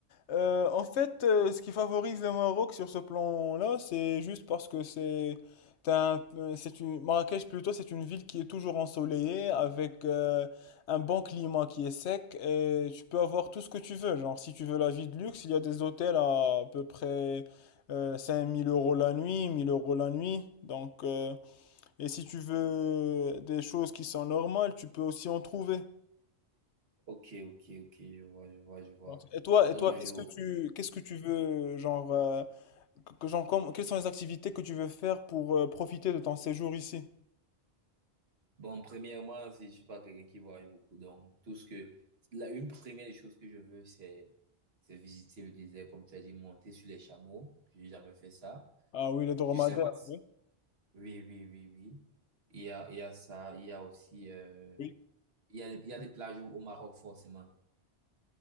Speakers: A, on the left (about 80°); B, on the right (about 65°).
A: Euh, en fait, euh, ce qui favorise le Maroc sur ce plan-là, c'est juste parce que c'est t'as un- euh, c'est une Marrakech plutôt, c'est une ville qui est toujours ensoleillée avec euh, un bon climat qui est sec et tu peux avoir tout ce que tu veux. Genre, si tu veux la vie de luxe, il y a des hôtels à, à peu près euh, 5000 euros la nuit, 1000 euros la nuit. Donc, euh, et si tu veux des choses qui sont normales, tu peux aussi en trouver.
B: Ok, ok, ok, je vois, je vois, je vois.
A: Donc, et toi,
B: Non,
A: et toi, Ouais.
B: je,
A: qu'est-ce que tu, qu'est-ce que tu veux, genre, euh, que, que- genre, comme- quelles sont les activités que tu veux faire pour euh, profiter de ton séjour ici?
B: Bon, premièrement, je suis pas quelqu'un qui voyage beaucoup, donc tout ce que la une première des choses que je veux, c'est c'est visiter le désert, comme tu as dit, monter sur les chameaux. J'ai jamais fait ça.
A: Ah oui, les dromadaires,
B: Je sais pas. si-
A: oui.
B: Oui, oui, oui, oui. Il y a il y a ça, il y a aussi euh,
A: Oui,
B: il y a il y a des plages au au Maroc forcément.